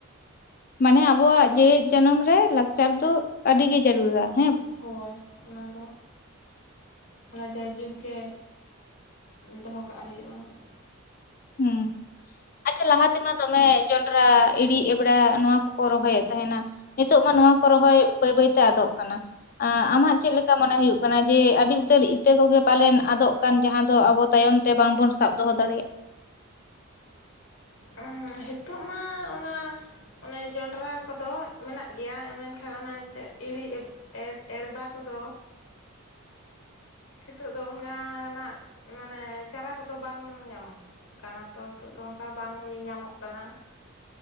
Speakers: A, on the left; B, on the left.
A: ᱢᱟᱱᱮ ᱟᱵᱚᱣᱟᱜ ᱡᱮᱣᱮᱫ ᱡᱟᱱᱟᱢ ᱨᱮ ᱞᱟᱠᱪᱟᱨ ᱫᱚ ᱟᱹᱰᱤᱜᱤ ᱜᱮ ᱡᱟᱹᱨᱩᱲᱟ ᱾
B: ᱦᱳᱭ ᱚᱱᱟᱫᱚ ᱚᱱᱟ ᱡᱟᱭᱡᱩᱜᱽ ᱜᱮ ᱫᱚᱦᱚ ᱠᱟᱜ ᱦᱳᱭᱳᱜᱼᱟ ᱾
A: ᱦᱩᱸ ᱾ ᱟᱪᱪᱷᱟ ᱞᱟᱦᱟ ᱛᱮᱢᱟ ᱫᱚᱢᱮ ᱡᱚᱱᱰᱚᱨᱟ ᱤᱲᱤ ᱮᱵᱲᱟ ᱱᱚᱣᱟ ᱠᱚᱠᱚ ᱨᱚᱦᱚᱭᱮᱫ ᱛᱟᱦᱮᱱᱟ ᱾ ᱱᱤᱛᱚᱜ ᱢᱟ ᱱᱚᱣᱟ ᱠᱚ ᱨᱚᱦᱚᱭ ᱵᱟᱹᱭ ᱵᱟᱹᱭᱛᱮ ᱟᱫᱚᱜ ᱠᱟᱱᱟ ᱾ ᱟᱢᱟᱜ ᱪᱮᱫ ᱞᱮᱠᱟ ᱢᱚᱱᱮ ᱦᱩᱭᱩᱜ ᱠᱟᱱᱟ ᱡᱮ ᱟᱹᱰᱤ ᱩᱛᱟᱹᱨ ᱤᱛᱟᱹ ᱠᱚᱜᱮ ᱯᱟᱞᱮᱱ ᱟᱫᱚᱜ ᱠᱟᱱ ᱡᱟᱦᱟᱸ ᱫᱚ ᱟᱵᱚ, ᱛᱟᱭᱚᱢ ᱛᱮ ᱵᱟᱝ ᱵᱚᱱ ᱥᱟᱵ ᱫᱚᱦᱚ ᱫᱟᱲᱮᱭᱟᱜᱼᱟ ᱾
B: ᱮᱸ ᱦᱤᱛᱚᱜ ᱢᱟ ᱚᱱᱟ ᱾ ᱚᱱᱮ ᱡᱚᱱᱰᱨᱟ ᱠᱚᱫᱚ ᱢᱮᱱᱟᱜ ᱜᱮᱭᱟ ᱢᱮᱱᱠᱷᱟᱱ ᱚᱱᱟ ᱤᱲᱤ ᱤᱵ ᱼᱼ ᱮ ᱮᱲᱵᱟ ᱠᱚᱫᱚ ᱦᱤᱛᱚᱜ ᱫᱚ ᱚᱱᱜᱟᱱᱟᱜ ᱢᱟᱱᱮ ᱪᱟᱨᱟ ᱠᱚᱫᱚ ᱵᱟᱝ ᱧᱟᱢᱚᱜ ᱠᱟᱱᱟ ᱛᱚ ᱱᱤᱛᱚᱜ ᱫᱚ ᱚᱱᱠᱟ ᱵᱟᱝ ᱧᱮᱧᱟᱢᱚᱜ ᱠᱟᱱᱟ